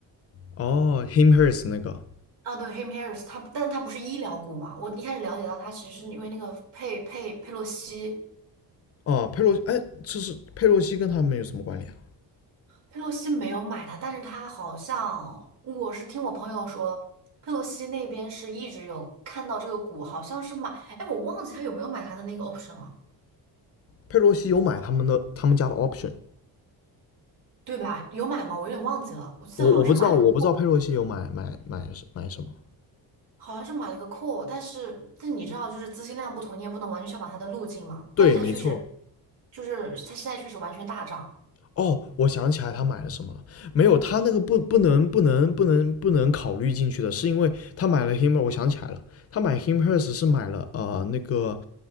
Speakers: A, on the left; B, on the right.
A: 哦，Him Hers 那个，
B: 啊，对 h i m h a r r s 他，但他不是医疗股嘛？我一开始了解到他其实是因为那个佩佩佩洛西，
A: 哦，佩洛，哎，这是佩洛西跟他们有什么关联啊？
B: 佩洛西没有买它，但是他好像我是听我朋友说，佩洛西那边是一直有看到这个股，好像是买，哎，我忘记他有没有买他的那个 option 了，
A: 佩洛西有买他们的他们家的 option，
B: 对吧？有买吗？我有点忘记了，我记得好像是买了一个
A: 我我不知道，我不知道佩洛西有买买买买什么。
B: call，好像是买了一个 call，但是但是你知道，就是资金量不同，你也不能完全效仿它的路径嘛。
A: 对，
B: 但是它确实，
A: 没错。
B: 就是它现在确实完全大涨。
A: 哦，我想起来他买了什么了。没有，他那个不不能不能不能不能考虑进去的，是因为他买了 him。我想起来了，他买 h i m h e r s 是买了呃那个